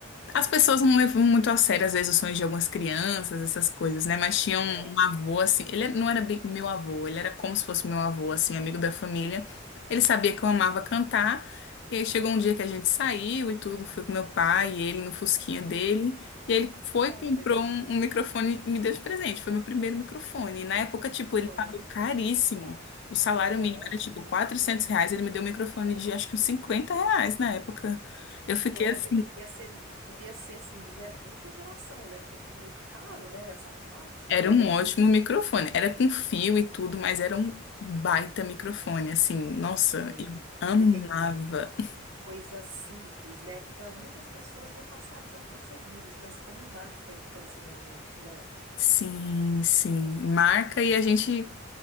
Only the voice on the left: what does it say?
As pessoas não levam muito a sério, às vezes, os sonhos de algumas crianças, essas coisas, né? Mas tinha um,
um avô, assim, ele não era bem meu avô, ele era como se fosse meu avô, assim, amigo da família. Ele sabia que eu amava cantar, e aí chegou um dia que a gente saiu e tudo, fui com meu pai e ele no fusquinha dele, e aí ele foi,
e
comprou um, um microfone e me deu de presente, foi meu primeiro microfone. E na época, tipo,
ele pagou caríssimo, o salário
mínimo era, tipo, 400 reais, ele me deu um microfone de, acho que uns 50 reais na época. Eu fiquei
assim,
Era
um ótimo
microfone. Era com fio e tudo, mas era um baita microfone, assim. Nossa,
eu amava.
Sim, sim. Marca e a gente,